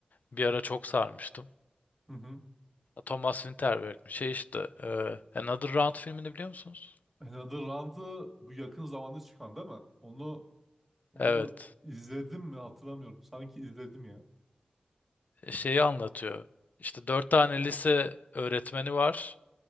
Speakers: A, on the left; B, in the centre.
A: Bir ara çok sarmıştım.
B: Hı hı.
A: Thomas Winterberg mi? Şey işte e, Another Round filmini biliyor musunuz?
B: Another Round'ı bu yakın zamanda çıkan değil mi? Onu Onu
A: Evet.
B: izledim mi hatırlamıyorum. Sanki izledim ya.
A: Şeyi anlatıyor. İşte dört tane lise öğretmeni var